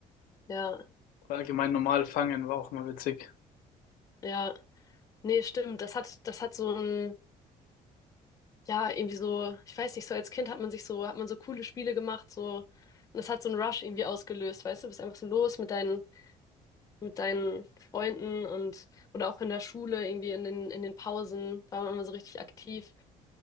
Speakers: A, on the left; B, on the left.
A: ja,
B: Oder allgemein normal fangen war auch immer witzig.
A: ja. Nee, stimmt. Das hat, das hat so ein, ja, irgendwie so, ich weiß nicht, so als Kind hat man sich so, hat man so coole Spiele gemacht, so, und das hat so einen Rush irgendwie ausgelöst, weißt du, du bist einfach so los mit deinen, mit deinen Freunden und oder auch in der Schule, irgendwie in den, in den Pausen, war man immer so richtig aktiv.